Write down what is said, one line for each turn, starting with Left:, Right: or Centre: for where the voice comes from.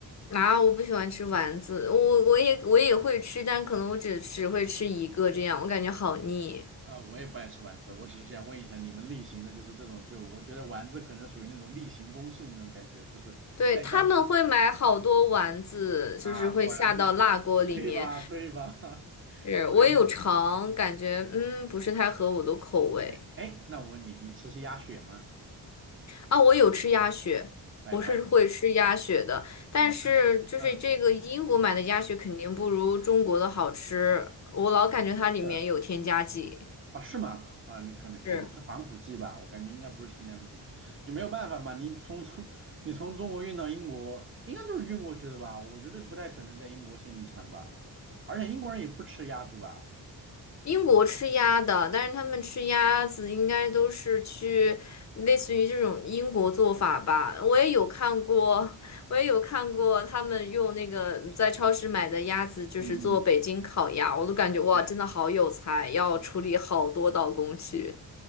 Left: 啊，我不喜欢吃丸子，我我也我也会吃，但可能我只只会吃一个这样，我感觉好腻。
Right: 啊，我也不爱吃丸子，我只是想问一下你们例行的，就是这种，就我觉得丸子可能属于那种例行公事的那种感觉，就是在家吃苦
Left: 对，他们会买好多丸子，
Right: 啊，
Left: 就是会下到辣锅里面。
Right: 果然嘛，对吧？对吧？<laughs>
Left: 是，
Right: 我感觉。
Left: 我也有尝，感觉嗯不是太合我的口味
Right: OK，哎，那我问你，你吃是鸭血吗？
Left: 啊。我有吃鸭血，
Right: 哎，
Left: 我是会吃鸭血的，
Right: 我还
Left: 但是就是这个英国买的鸭血肯定不如中国的好吃，
Right: 我嗯
Left: 我老感觉它里面有添加剂。
Right: 呃哦是吗？啊，那可能可能是防腐剂吧，
Left: 是。
Right: 我感觉应该不是添加剂。你没有办法嘛，你从从你从中国运到英国，应该都是运过去的吧？我觉得不太可能在英国现地产吧，而且英国人也不吃鸭子吧？
Left: 英国吃鸭的，但是他们吃鸭子应该都是去类似于这种英国做法吧。我也有看过，<laughs> 我也有看过他们用那个在超市买的鸭子，就是做北京烤鸭，
Right: 嗯嗯
Left: 我都感觉哇，
Right: ，OK，
Left: 真的好有才，要处理好多道工序。